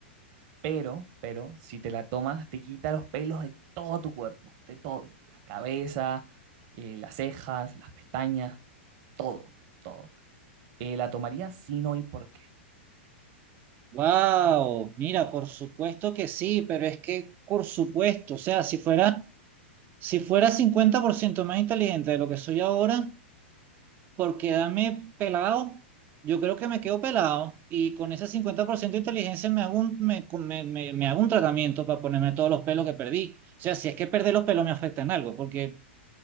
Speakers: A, on the right; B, on the right.
A: pero, pero, si te la tomas, te quita los pelos de todo tu cuerpo, de todo, la cabeza, eh, las cejas, las pestañas, todo, todo. Eh, ¿la tomarías? Si no, ¿y por qué?
B: Wow, mira, por supuesto que sí, pero es que, por supuesto, o sea, si fuera, si fuera 50% más inteligente de lo que soy ahora, por quedarme pelado, yo creo que me quedo pelado y con ese 50% de inteligencia me hago un, me, con- me, me, me hago un tratamiento para ponerme todos los pelos que perdí. O sea, si es que perder los pelos me afecta en algo, porque